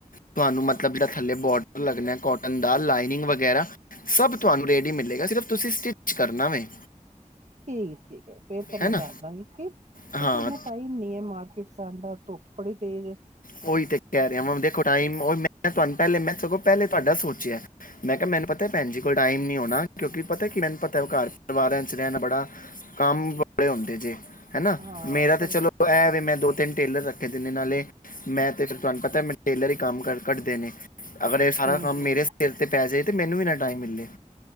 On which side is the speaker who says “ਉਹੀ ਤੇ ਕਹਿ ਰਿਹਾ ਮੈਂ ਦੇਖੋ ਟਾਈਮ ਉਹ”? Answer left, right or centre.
Left